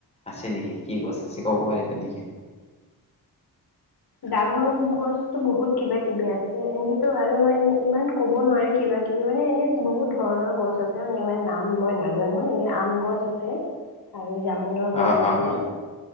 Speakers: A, on the left (about 15°); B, on the left (about 60°).
A: আছে নেকি? কি গছ আছে কব পাৰিবা নেকি?
B: ডাঙৰ গছতো বহুত কিবা কিবি আছে। এনেতো আৰু মই এনে ইমান কব নোৱাৰি, কিবা কিবি মানে এনে বহুত ধৰণৰ গছ আছে মানে ইমান নাম মই নাজানো এনে আম গছ আছে আৰু জামুনৰ গছ
A: অ',
B: আছে
A: অ',